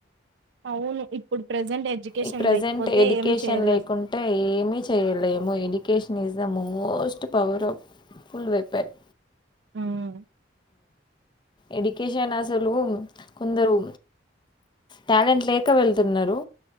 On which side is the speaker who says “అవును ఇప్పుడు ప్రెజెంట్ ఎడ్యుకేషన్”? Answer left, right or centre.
Right